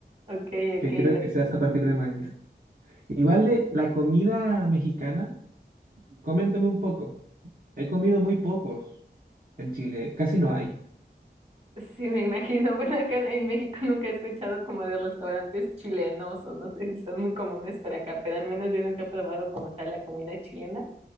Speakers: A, on the right; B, on the right.
A: Ok,
B: que
A: ok,
B: creo
A: de
B: que
A: acuerdo.
B: se hace a partir de maíz. Igual de la comida mexicana, coméntame un poco. He comido muy pocos en Chile, casi no hay.
A: Sí, me imagino. Bueno, acá en México nunca he escuchado como de restaurantes chilenos o no sé si son muy comunes para acá, pero al menos yo nunca he probado como tal la comida chilena.